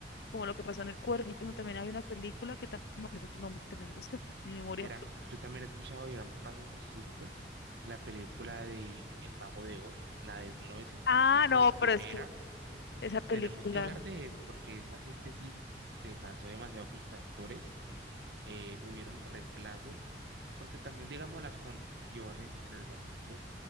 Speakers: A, on the left; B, on the right.
A: como lo que pasó en el cuerpo, como también hay una película que tampoco me acuerdo su nombre, también, es que mi memoria...
B: Mira,
A: pro-
B: yo también he escuchado, digamos, casos distintos. La película de El Mago de Oz, la de 1900
A: Ah,
B: y pico,
A: no,
B: la primera,
A: pero es que esa película...
B: tenemos que hablar de eso porque esa gente sí se pasó demasiado con sus actores. eh, hubieron reemplazos, porque también, digamos, las condiciones en el momento